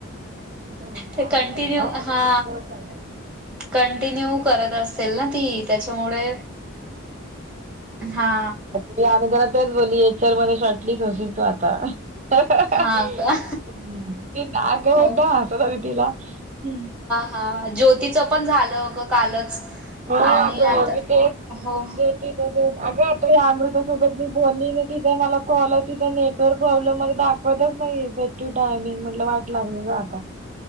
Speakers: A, on the right (about 35°); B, in the centre.
A: <inaudible>
B: ते कंटिन्यू हा कंटिन्यू करत अस सेल ना ती त्यांच्यामुळे हा.
A: ते आम्ही तेच बोलीये पिक्चर मध्ये शॉर्ट लिस होशील तू आता. ती अगं
B: हा का हो
A: मुद्दाम हसत होती तिला हम.
B: अ ज्योतीचं पन झालं अगं कालच.
A: हो आगं
B: आणि आता
A: मी तेच
B: हो
A: ज्योती. अगं त्या अमृता सोबत मी बोलली ना. तीज मला कॉल आला तिथे नेटवर्क प्रॉब्लेम दाखव होतंच नाही इफेक्टिव्ह डायमिंग म्हटलं वाईट लागली का आता.